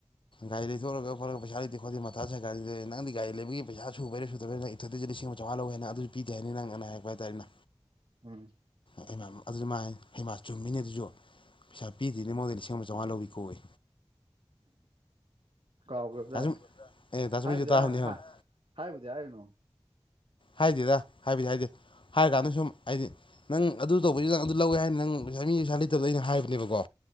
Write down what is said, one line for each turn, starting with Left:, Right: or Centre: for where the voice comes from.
Left: ꯒꯥꯔꯤ ꯂꯩꯊꯣꯛꯂꯒ ꯈꯣꯠꯂꯒ ꯄꯩꯁꯥ ꯂꯩꯇꯦ ꯈꯣꯠꯇꯦ ꯃꯊꯥꯁꯥꯏ ꯒꯥꯔꯤꯖꯦ ꯅꯪꯗꯤ ꯒꯥꯔꯤ ꯂꯩꯕꯒꯤ ꯄꯩꯁꯥ ꯁꯨꯕꯩꯔꯥ ꯁꯨꯗꯕꯩꯔ <unintelligible> ꯊꯛꯇꯁꯨ ꯂꯤꯁꯤꯡ ꯑꯃ ꯆꯧꯉꯥ ꯂꯧꯋꯦ ꯍꯥꯏꯅ ꯑꯗꯨꯁꯨ ꯄꯤꯗꯦ ꯍꯥꯏꯅꯤ ꯅꯪ ꯑꯅ ꯍꯥꯏꯔꯛꯄ ꯍꯥꯏꯇꯥꯥꯔꯦꯅ
Right: ꯎꯝ
Left: ꯍꯩꯃꯥ ꯑꯗꯨꯁꯨ ꯃꯥ ꯍꯥꯏꯅꯦ ꯍꯩꯃ ꯆꯨꯝꯃꯤꯅꯦ ꯑꯗꯨꯁꯨ ꯄꯩꯁꯥ ꯄꯤꯗ꯭ꯔꯤꯅꯤ ꯃꯉꯣꯟꯗ ꯂꯤꯁꯤꯡ ꯑꯃ ꯆꯧꯉꯥ ꯂꯧꯏꯀꯣꯌꯦ
Right: ꯀꯥꯎꯈ꯭ꯔꯕꯖꯥꯠꯅꯤ
Left: ꯗꯥꯁꯨꯝ ꯑꯦ ꯗꯥꯁꯨꯝꯍꯣꯏꯁꯨ
Right: ꯍꯥꯏꯕꯨꯗꯤ
Left: ꯇꯥꯕꯅꯦ
Right: ꯍꯥꯏ
Left: ꯍꯪꯉꯨ
Right: ꯍꯥ ꯍꯥꯏꯕꯨꯗꯤ ꯍꯥꯏꯔꯨꯅꯨ
Left: ꯍꯥꯏꯗꯦꯗ ꯍꯥꯏꯕꯗꯤ ꯍꯥꯏꯗꯦ ꯍꯥꯏꯔ ꯀꯥꯟꯗ ꯁꯨꯝ ꯍꯥꯏꯗꯤ ꯅꯪ ꯑꯗꯨ ꯇꯧꯕꯩꯁꯨ ꯅꯪ ꯑꯗꯨ ꯂꯧꯋꯦ ꯍꯥꯏ ꯅꯪ ꯄꯩꯁꯥ ꯃꯤ ꯄꯩꯁꯥ ꯂꯩꯇꯕꯗꯩ ꯑꯩꯅ ꯍꯥꯏꯕꯅꯦꯕꯀꯣ